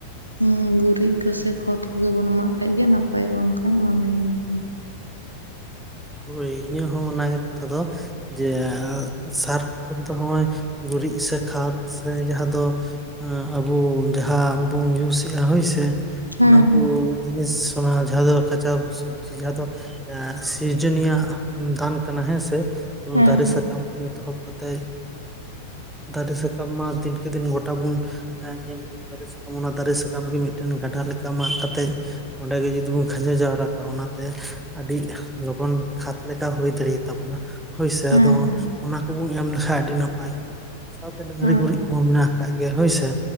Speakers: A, on the right (about 80°); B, in the centre.
A: ᱦᱩᱸ ᱜᱩᱨᱤᱡ ᱠᱚ ᱥᱮ ᱠᱷᱚᱛ ᱠᱚᱜᱮ ᱵᱚᱱ ᱮᱢᱟᱜ ᱠᱷᱟᱡ ᱜᱮ ᱱᱟᱯᱟᱭᱚᱜᱼᱟ ᱚᱱᱠᱟᱧ ᱢᱚᱱᱮᱭᱟ ᱤᱧ ᱦᱚ᱾
B: ᱦᱳᱭ ᱤᱧᱟᱹᱜ ᱦᱚᱸ ᱚᱱᱟᱜᱮ ᱠᱟᱛᱷᱟ ᱫᱚ᱾ ᱡᱮ ᱟ ᱥᱟᱨ ᱠᱷᱚᱱ ᱫᱚ ᱦᱚᱸᱜ-ᱚᱭ ᱜᱩᱨᱤᱡ ᱥᱮ ᱠᱷᱟᱫᱽ ᱥᱮ ᱡᱟᱦᱟᱸ ᱫᱚ ᱟᱵᱚ ᱡᱟᱦᱟᱸ ᱵᱚᱱ ᱤᱭᱩᱥ ᱮᱫᱼᱟ ᱦᱳᱭᱥᱮ
A: ᱦᱮᱸ
B: ᱚᱱᱟ
A: ᱦᱮᱸ
B: ᱠᱚ ᱡᱤᱱᱤᱥ ᱚᱱᱟ ᱡᱟᱦᱟᱸ ᱫᱚ ᱠᱟᱸᱪᱟᱯ ᱥᱚᱵᱡᱤ ᱡᱟᱦᱟᱸ ᱫᱚ ᱥᱤᱨᱡᱚᱱᱤᱭᱟᱜ ᱫᱟᱱ ᱠᱟᱱᱟ ᱦᱮᱸᱥ
A: ᱦᱮᱸ
B: ᱫᱟᱨᱮ
A: ᱦᱮᱸ
B: ᱥᱟᱠᱟᱢ ᱠᱷᱚᱱ ᱮᱛᱚᱦᱚᱵ ᱠᱟᱛᱮᱜ ᱫᱟᱨᱮ ᱥᱟᱠᱟᱢ ᱢᱟ ᱫᱤᱱᱠᱮ ᱫᱤᱱ ᱜᱚᱴᱟ ᱵᱚᱱᱼᱼ ᱧᱮᱞ ᱫᱟᱨᱮ ᱥᱟᱠᱟᱢ ᱚᱱᱟ ᱫᱟᱨᱮ ᱥᱟᱠᱟᱢ ᱜᱮ ᱢᱤᱫᱴᱮᱱ ᱜᱟᱰᱟ ᱞᱮᱠᱟ ᱢᱟᱜ ᱠᱟᱛᱮᱜᱼᱼ ᱚᱸᱰᱮ ᱜᱮ ᱡᱩᱫᱤ ᱵᱚᱱ ᱠᱷᱟᱸᱡᱚ ᱡᱟᱣᱨᱟ ᱠᱚᱟᱜᱼᱟ ᱚᱱᱟᱛᱮ ᱟᱹᱰᱤ ᱞᱚᱜᱚᱱ ᱠᱷᱟᱫᱽ ᱞᱮᱠᱟ ᱦᱩᱭ ᱫᱟᱲᱮᱭᱟ ᱛᱟᱵᱚᱱᱟ᱾ ᱦᱳᱭᱥᱮ
A: ᱦᱮᱸ
B: ᱟᱫᱚ
A: ᱦᱮᱸ
B: ᱚᱱᱟ ᱠᱚᱵᱚᱱ ᱮᱢ ᱞᱮᱠ ᱷᱟᱱᱡ ᱟᱹᱰᱤ ᱱᱟᱯᱟᱭᱚᱜᱼᱟ ᱥᱟᱶᱛᱮ ᱰᱟᱹᱝᱨᱤ
A: ᱦᱮᱸ
B: ᱜᱩᱨᱤᱡ ᱠᱚᱦᱚᱸ ᱢᱮᱱᱟᱜ ᱟᱠᱟᱫ ᱜᱮᱭᱟ ᱦᱳᱭᱥᱮ